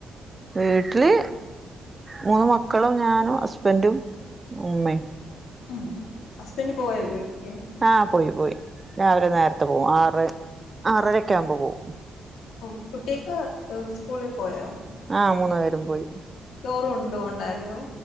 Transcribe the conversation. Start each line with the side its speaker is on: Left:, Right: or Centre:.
Right: വീട്ടില് മൂന്ന് മക്കളും ഞാനും ഹസ്ബൻഡും ഉമ്മേം
Left: ഉം ഹസ്ബൻഡ് പോയോ ജോലിക്ക്?
Right: ആ പോയി പോയി രാവിലെ നേരത്തെ പോവും ആറ് ആറരൊക്കെ ആവുമ്പോ പോവും.
Left: ഓ കുട്ടിയൊക്ക് സ്കൂളിൽ പോയോ?
Right: ആഹ് മൂന്ന് പേരും പോയി
Left: ചോറ് കൊണ്ട് പോണ്ടായോ?